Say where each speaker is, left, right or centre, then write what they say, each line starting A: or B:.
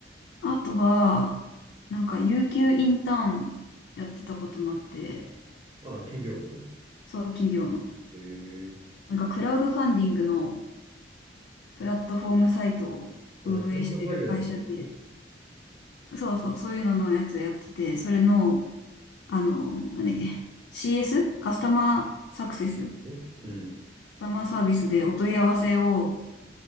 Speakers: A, on the left (about 80°); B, on the right (about 30°).
A: あとは、なんか、有給インターンやってたこともあって、
B: あ、企業の
A: そう企業の。
B: へえー。
A: なんか、クラウドファンディングのプラットフォームサイトを運営してる会社で、
B: あ、キャンプファイヤーとかか。
A: そうそう、そういうののやつやってて、それの、あの、なんだっけ、CS? カスタマーサクセスカ
B: ね。うん。
A: スタマーサービスでお問い合わせを、